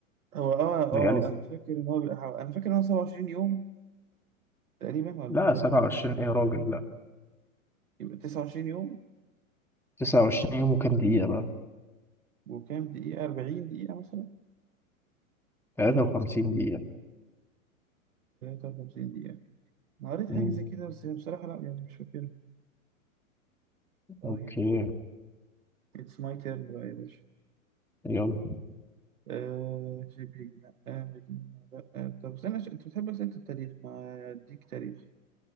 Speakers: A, on the right; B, in the centre.
A: هو آه آه
B: ليالي
A: أنا فاكر إن هو بيبقى حو- أنا فاكر إن هو 27 يوم تقريبا ولا
B: لا
A: أنا بقى
B: 27 ايه يا راجل لا
A: يبقى 29 يوم
B: 29 يوم وكام دقيقة بقى
A: وكام دقيقة 40 دقيقة مثلا
B: 53 دقيقة
A: 53 دقيقة أنا قريت
B: مم.
A: حاجة زي كده بس بصراحة لا يعني مش فاكرها طيب
B: اوكي
A: اتس ماي تيرن بقى يا باشا
B: يلا
A: آه شبيك لا آه مدينة لا آه. طب استنى ش- انت بتحب أسئلة التاريخ ما اديك تاريخ